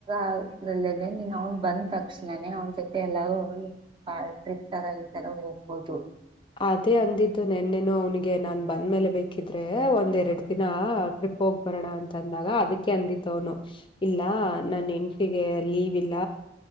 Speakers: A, on the right (about 25°); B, on the left (about 25°).
A: ಆ್ರಲ್ಲೇನೆ ನೀನ್ ಅವ್ನ್ ಬಂದ್ ತಕ್ಷಸ್ಣಾನನೆ ಅವ್ನ ಜೊತೆ ಎಲ್ಲಾರೂ ಹೊರ ಹಟ್ರಿಕ್ ತರ ಈ ತರ ಹೋಗ್ಬೋದು
B: ಅದೇ ಅಂದಿದ್ದು ನೆನ್ನೆನು ಅವನಿಗೆ ನಾನ್ ಬಂದ್ಮೇಲೆ ಬೇಕಿದ್ರೆ ಒಂದ್ೆರಡು ದಿನ ಟ್ರಿಪ್ ಹೋಗ್ ಬರೋಣ ಅಂತ ಅಂದಾಗ ಅದಕ್ಕೆ ಅಂದಿದ್ದವನು ಇಲ್ಲ ನನ್ ಹೆಂತಿಿಗೆ ಲೀವ್ ಇಲ್ಲ